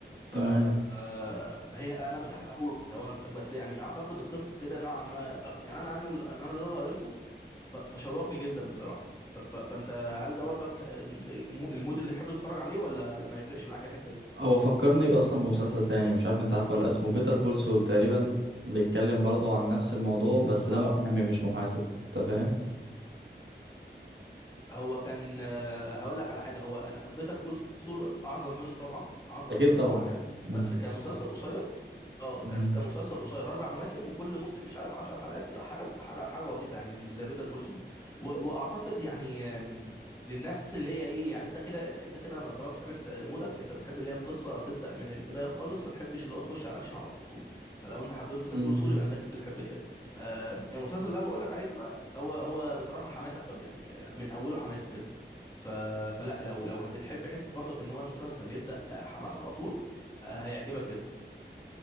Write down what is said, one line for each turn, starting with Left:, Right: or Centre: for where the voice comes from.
Left: ف
Right: تمام
Left: آه، هي انا مش هحرقهولك هو بس يعني اعتقد القصه كده نوعا ما يعني انا انا ال- انا ده اللي قريته ف- فشوقني جدا بصراحه ف- ف- فانت هل ده برضك آه، م- المود اللي تحب تتفرج عليه ولا لا ما يفرقش معاك الحته
Right: هو فكرني بقى اصلا بمسلسل تاني مش عارف انت عارفه ولا لأ، اسمه بيتر كول سول تقريبا بيتكلم برضه عن نفس الموضوع بس ده
Left: دي
Right: محامي مش محاسب انت فاهم
Left: هو كان آه، هقول لك على حاجه هو بيتر كول سول اعظم منه طبعا اعظم
Right: اكيد
Left: منه
Right: طبعا
Left: طبعا يعني
Right: مم.
Left: بس كمسلسل قصير اه كان
Right: مم.
Left: كان مسلسل قصير اربع مواسم وكل موسم مش عارف 10 حلقات كده حاجات حاجه حاجه بسيطه يعني مش زي بيتر كول سول واعتقد يعني آم، للناس اللي هي ايه يعني انت كده انت كده انا خلاص عرفت مودك انت بتحب اللي هي القصه تبدا من البدايه خالص ما تحبش اللي هو تخش على الاكشن على طول فلو انت حبيت بيتر
Right: مم.
Left: كول سول يبقى انت اكيد بتحب كده آم، المسلسل اللي انا بقول لك عليه ده بقى هو هو بصراحه حماس اكتر يعني آه، من اوله حماس جدا ف... فلا لو لو بتحب حته برضك ان هو المسلسل يبدا آه، حماس على طول آه، هيعجبك جدا